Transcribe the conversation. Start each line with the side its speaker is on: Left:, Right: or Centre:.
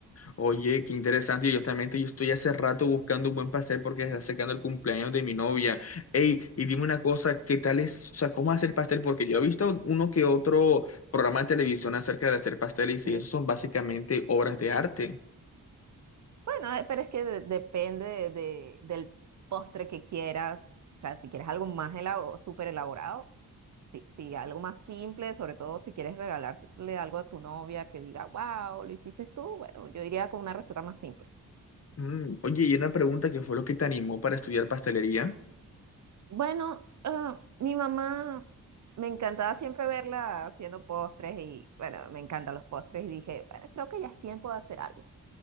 Left: Oye, qué interesante. Yo Justamente yo estoy hace rato buscando un buen pastel porque se está acercando el cumpleaños de mi novia. Ey, y dime una cosa, ¿qué tal es, o sea, cómo hacer pastel? Porque yo he visto uno que otro programa de televisión acerca de hacer pasteles
Right: sí.
Left: y esos son básicamente obras de arte.
Right: Bueno, eh, pero es que de- depende de, del postre que quieras. O sea, si quieres algo más elabo- súper elaborado Sí, sí, algo más simple, sobre todo si quieres regalarle algo a tu novia que diga, wow, lo hiciste tú, bueno, yo iría con una receta más simple.
Left: Mm, Oye, y una pregunta, ¿qué fue lo que te animó para estudiar pastelería?
Right: Bueno, ah, mi mamá me encantaba siempre verla haciendo postres y, bueno, me encantan los postres y dije, bueno, creo que ya es tiempo de hacer algo